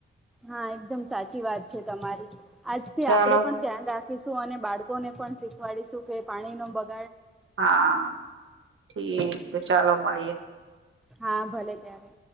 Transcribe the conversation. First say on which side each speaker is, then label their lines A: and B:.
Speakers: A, in the centre; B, on the right.
A: હા એકદમ સાચી વાત છે તમારી આજથી
B: ચાલો
A: આપડે પણ ધ્યાન રાખીશું શું અને બાળકોને પણ શીખવાડીશું કે પાણીનો બગ
B: હા ઠીક છે ચાલો મળીએે.
A: હા ભલે ત્યારે